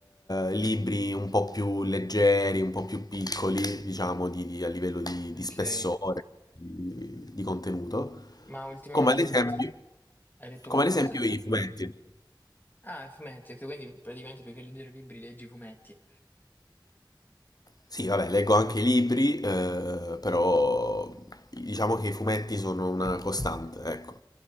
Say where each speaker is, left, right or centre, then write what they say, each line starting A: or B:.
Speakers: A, on the left; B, on the left.
A: eh, libri un po' più leggeri, un po' più piccoli, diciamo, di- di- a livello di,
B: Ok,
A: di spessore, di, di contenuto,
B: ma ultimamente
A: come ad esempio,
B: hai letto, hai letto
A: come
B: qualcosa?
A: ad esempio i fumetti.
B: Ah, fumetti, ok, quindi praticamente più che leggere libri leggi fumetti.
A: Sì, vabbè, leggo anche i libri, eh, però diciamo che i fumetti sono una costante, ecco,